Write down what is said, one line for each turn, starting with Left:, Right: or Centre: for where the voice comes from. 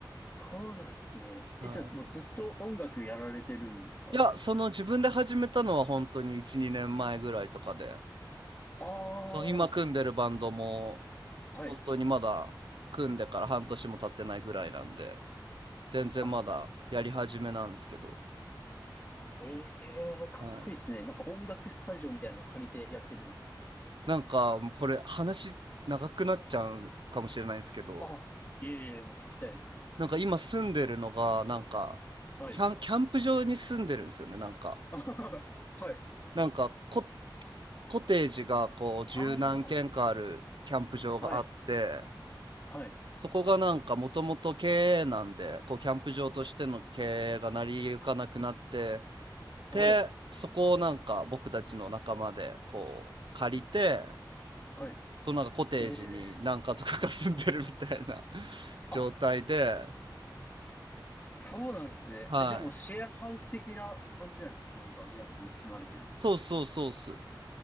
Left: そうなんですね。
Right: は
Left: え、じゃあもうずっと音楽やられてるんですか
Right: い。いや、その自分で始めたのは本当に1、2年前ぐらいとかで、
Left: ああー、
Right: その今組んでるバンドも
Left: はい。
Right: 本当にまだ組んでから半年も経ってないぐらいなんで、全然まだやり始めなんですけど、
Left: あ、ええかっこいいですね。
Right: はい、
Left: なんか音楽スタジオみたいなの借りてやってるんですか
Right: なんかもうこれ話長くなっちゃうかもしれないんですけど
Left: あ、いえいえ、もう聞きたいです。
Right: なんか今住んでるのがなんかキャン、
Left: はい。
Right: キャンプ場に住んでるんですよねなんか
Left: <laughs> はい。
Right: なんかコ、コテージがこう十何軒かあるキャンプ場があって
Left: ああ、はい。はい。
Right: そこがなんかもともと経営なんでこうキャンプ場としての経営が成り行かなくなって
Left: はい。
Right: でそこをなんか僕たちの仲間でこう借りて
Left: は
Right: そのなんかコテージに何家族か住んでるみたいな
Left: い。ええ
Right: <laughs> 状態で、
Left: あそうなんですね。
Right: はい。
Left: え、じゃあもうシェアハウス的な感じなんです。もう今、皆さんで住まれてるってこと。
Right: そうそうそうっす。